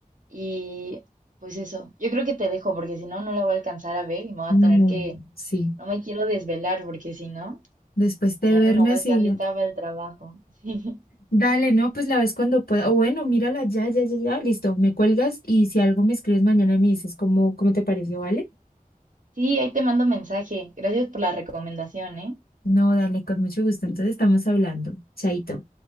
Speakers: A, on the right (about 60°); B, on the left (about 85°).
A: Y pues eso, yo creo que te dejo porque si no, no la voy a alcanzar a ver y me voy
B: <laughs>
A: a tener
B: no,
A: que
B: sí,
A: No me quiero desvelar porque si no,
B: después te
A: mañana
B: duermes
A: no voy a estar
B: y
A: lista
B: ya,
A: para el trabajo. <laughs>
B: dale, no, pues la ves cuando pueda, o bueno, mírala ya, ya, ya, ya, listo, me cuelgas y si algo me escribes mañana y me dices cómo, cómo te pareció, ¿vale?
A: Sí, ahí te mando mensaje. Gracias por la recomendación, ¿eh?
B: No, dale, con mucho gusto, entonces estamos hablando, chaito.